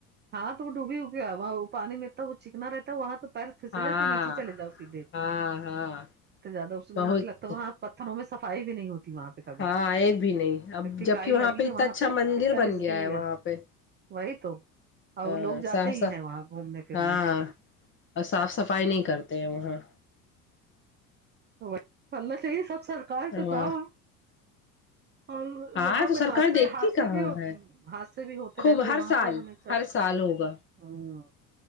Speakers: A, on the right (about 25°); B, on the left (about 25°).
A: ہاں تو وہ ڈوبی ہو گیا وہاں وہ پانی میںتتا وہ چکنا رہتا وہاں تو پیر پھسلے
B: ہاں
A: تو نیچے چلے جاؤ سیدھے
B: ہاں ہاں
A: تو زیادہ اس
B: بہت
A: لگتااں پتھروں میں صفائی بھی نہیں ہوتی وہاں کبھی
B: ہاں ایک بھی نہیں اب
A: انی
B: جبک
A: کاائی لگی
B: اتنا
A: ہے وہاں
B: اچھا
A: پہ
B: مندر
A: ا طر
B: بن
A: اس
B: گیا
A: کی ہے
B: وہاں پہ
A: وہی تو اور
B: ہاں
A: لوگ جاتے
B: صاف
A: ہی
B: صاف
A: ہیں وہاں گھومنے پھرنے
B: ہاں اور صاف صفائی نہیں
A: تو
B: کرتے ہیں وہاں
A: تو کرنا چاہیے سب سرکار تو
B: واہ
A: کام اور
B: ہاں
A: وہاں
B: تو
A: پہ
B: سرکار
A: حادثے
B: دیکھتی
A: حادثے
B: کہاں
A: بھی
B: ہے
A: حادثے بھی ہوتے
B: خوب
A: رہتے
B: ہر
A: ہیں وہاں
B: سال
A: پہ ہمیشہ
B: ہر سال ہوگا
A: ہوں